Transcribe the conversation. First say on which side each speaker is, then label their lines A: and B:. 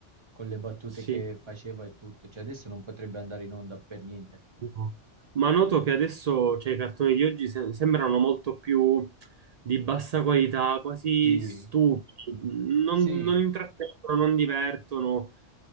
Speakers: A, on the right; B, on the right.
A: con le battute
B: sì.
A: che faceva e tutto, cioè adesso non potrebbe andare in onda per niente.
B: No. Ma noto che adesso, cioè, i cartoni di oggi se- sembrano molto più di bassa qualità, quasi
A: Sì,
B: stupidi, non,
A: sì,
B: non intrattengono, non divertono,